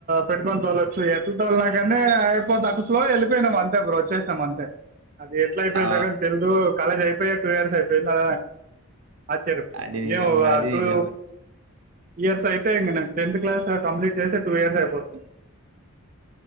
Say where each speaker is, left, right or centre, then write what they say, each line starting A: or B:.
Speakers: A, on the right (about 40°); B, on the right (about 75°).
A: పెట్టుకొని తోలొచ్చు ఎటు తోలినా గానీ అయిపోత అట్ స్లో వెళ్ళిపోయినాం అంతే బ్రో వచ్చేసి అంతే అది ఎట్లా అయిపోయిందిగనీ
B: ఆ!
A: తెలుదు కాలేజ్ అయిపోయా టూ ఇయర్స్ అయిపోయింది అద ఆశ్చర్యం
B: అది నిజం
A: ఏమో
B: బ్రో.
A: ఆ
B: అది
A: టూ
B: నిజం. బ్రో,
A: ఇయర్స్ అయితే ఇంగా నాకు టెన్త్ క్లాస్ కంప్లీట్ చేసే టూ ఇయర్స్ అయిపోతుంది